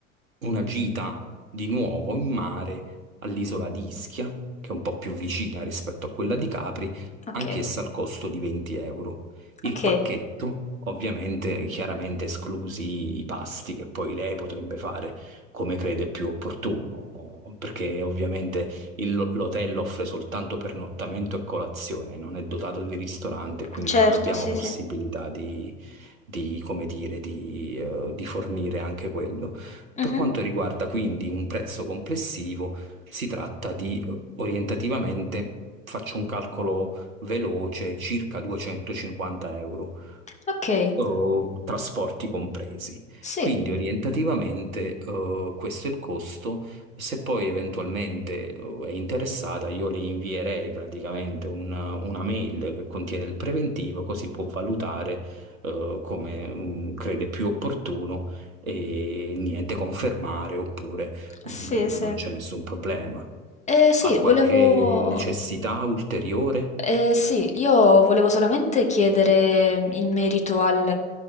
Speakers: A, on the right; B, on the left.
A: una gita di nuovo in mare all'isola di Ischia, che è un po' più vicina rispetto a quella di Capri,
B: okay,
A: anch'essa al costo di 20 euro. Il
B: okay.
A: pacchetto, ovviamente, chiaramente esclusi i pasti che poi lei potrebbe fare come crede più opportuno, o- perché ovviamente il- l'hotel offre soltanto pernottamento e colazione, non è dotato di ristorante, quindi
B: Certo,
A: non abbiamo
B: sì,
A: possibilità
B: sì.
A: di, di, come dire, di eh, di fornire anche quello.
B: Mh-mh.
A: Per quanto riguarda quindi un prezzo complessivo, si tratta di eh, orientativamente, faccio un calcolo veloce, circa 250 euro
B: Okay,
A: o trasporti compresi.
B: sì,
A: Quindi orientativamente eh, questo è il costo. Se poi eventualmente eh, è interessata, io le invierei praticamente un- una mail che contiene il preventivo, così può valutare eh, come mm, crede più opportuno e niente, confermare oppure
B: sì,
A: mm,
B: sì.
A: non c'è nessun problema.
B: Ehm, sì,
A: Ha qualche
B: volevo
A: necessità ulteriore?
B: Eh, sì, io volevo solamente chiedere in merito al,